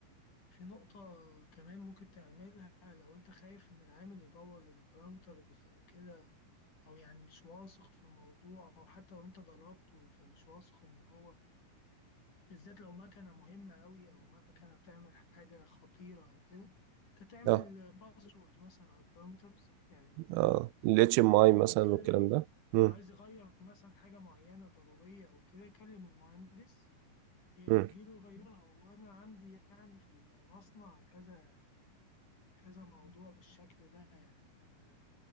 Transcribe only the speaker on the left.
في نقطة كمان ممكن تعملها لو انت خايف ان العامل يبوظ البارامترز او كده او يعني مش واثق في الموضوع او حتى لو انت دربته فمش واثق ان هو بالذات لو مكنة مهمة أوي أو مكنة بتعمل حاجة خطيرة أو كده أنت تعمل
باسورد مثلا على البارامترز يعني
لو هو
يتكلم
أو عايز يغير مثلا حاجة معينة ضرورية أو كده يكلم المهندس يجي
له يغيرها وأنا عندي يعني في المصنع كذا كذا موضوع بالشكل ده يعني إن أنا